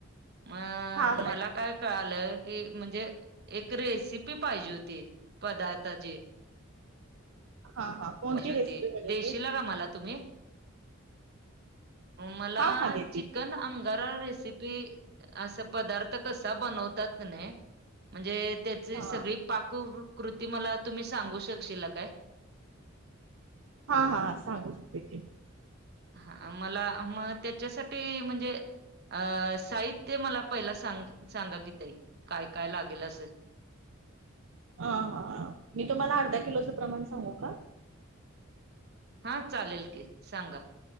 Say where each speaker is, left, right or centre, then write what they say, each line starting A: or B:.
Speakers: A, on the right; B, on the right.
A: म
B: हा बोला
A: मला
B: की
A: काय कळालं की म्हणजे एक रेसिपी पाहिजे होती पदार्थाची.
B: हा हा. कोणती
A: पायजे होती
B: रेसिपी पाहिजे होती
A: देशीला का मला तुम्ही? मला
B: हा हा देते
A: चिकन
B: की
A: अंगार रेसिपी ती अस पदार्थ कसा बनवतात म्हणे म्हणजे त्याची
B: हा
A: सगळी पाककृती मला तुम्ही सांगू शकशील काय?
B: हा हा सांगू <unintelligible>
A: हा मला मग त्याच्यासाठी म्हंजे अ साहित्य मला पहिला सांग सांगा की तई काय काय लागेल असं.
B: ह हा मी तुम्हाला अर्धा किलोचं प्रमाण सांगू का?
A: हा चालेल की सांगा.